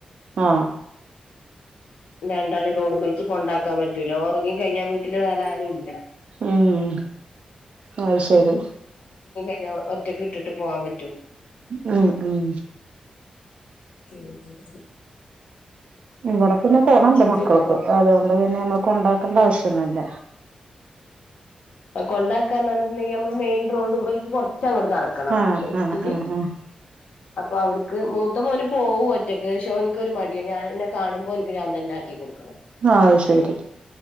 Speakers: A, on the right (about 55°); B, on the left (about 75°).
A: ആ
B: രണ്ടാളെ റോഡ്മ്മക്ക് കൊണ്ടാക്കാൻ പറ്റൂല ഒറങ്ങി കഴിഞ്ഞാ വീട്ടില് വേറെ ആരുല്ല
A: ഉം അത് ശെരി
B: <unintelligible> ഒറ്റക്ക്ട്ടിട്ട് പോവാൻ പ
A: ഉം ഉം
B: ഉം ഉം
A: ഇവിടെ പിന്നെ തൊണണ്ട് മക്കൾക്ക്
B: പിന്നെ
A: അതുകൊണ്ട് പിന്നെ നമ്മൾ കൊണ്ടാക്കണ്ട ആവശ്യ ന്നുല്ല
B: കൊണ്ടാക്ക ന്ന് പറഞ്ട്ട്ണ്ടെങ്കിൽ നമ്മള് മെയിൻ റോഡ്മ്മല് കൊറച്ചങ്ങോട്ട് നടക്കണം
A: ആഹ്
B: ഒരുത്തിരി
A: ആഹ് ആഹ് ആഹ്
B: അപ്പൊ അവിടുക്ക് മൂത്ത മോന് പോവും ഒറ്റക്ക് ശെ ഓൻക്കൊരു മടിയാ ഞാൻ ന്നെ കാണുമ്പോ ഓൻക്ക് ഞാൻ തന്നെ ആക്കി കൊടുക്കണം
A: അത് ശെരി